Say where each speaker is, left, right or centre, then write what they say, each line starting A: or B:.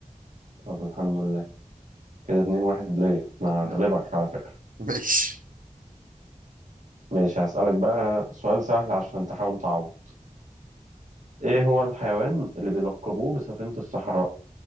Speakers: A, on the right; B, on the right.
A: طب الحمد لله كده اتنين واحد ليا أنا
B: ماشي
A: هغلبك
B: <laughs>
A: على فكرة
B: ماشي
A: ماشي هسألك بقى سؤال سهل عشان تحاول تعوض إيه هو الحيوان اللي بيلقبوه بسفينة الصحراء